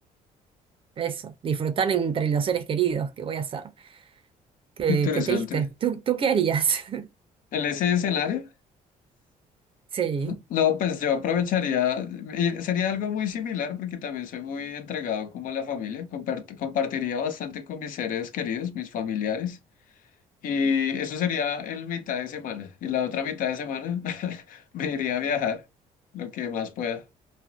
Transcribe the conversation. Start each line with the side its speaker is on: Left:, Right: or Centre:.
Right: Eso, disfrutar entre los seres queridos, ¿qué voy a hacer? Qué,
Left: interesante.
Right: qué triste. ¿Tú, tú qué harías? <laughs>
Left: En ese escenario,
Right: Sí,
Left: no, pues yo aprovecharía, y sería algo muy similar porque también soy muy entregado como a la familia, compart- compartiría bastante con mis seres queridos, mis familiares, y eso sería en mitad de semana. Y la otra mitad de semana <laughs> me iría a viajar, lo que más pueda.